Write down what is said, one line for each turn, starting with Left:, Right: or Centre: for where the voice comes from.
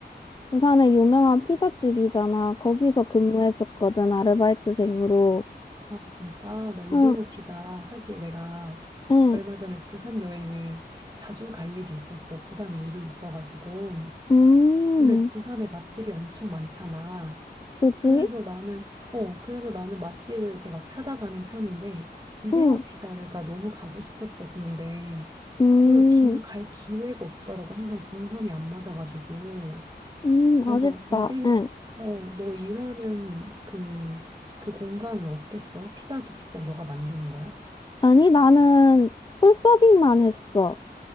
Left: 부산에 유명한 피자집이잖아. 거기서 근무했었거든, 아르바이트생으로.
Right: 아, 진짜? 나 이재모
Left: 응,
Right: 피자. 사실 내가
Left: 응,
Right: 얼마 전에 부산 여행을 자주 갈 일이 있었어. 부산에 일이 있어가지고.
Left: 음,
Right: 근데 부산에 맛집이 엄청 많잖아.
Left: 그지?
Right: 그래서 나는, 어, 그래서 나는 맛집을 이렇게 막 찾아가는 편인데, 이재모
Left: 응,
Right: 피자가 너무 가고 싶었었는데,
Left: 음,
Right: 거기 기회, 갈 기회가 없더라고. 항상 동선이 안 맞아가지고.
Left: 음,
Right: 그래서
Left: 아쉽다.
Right: 이제목,
Left: 응.
Right: 어, 너 일하는 그, 그 공간은 어땠어? 피자도 직접 너가 만드는 거야?
Left: 아니, 나는 홀 서빙만 했어.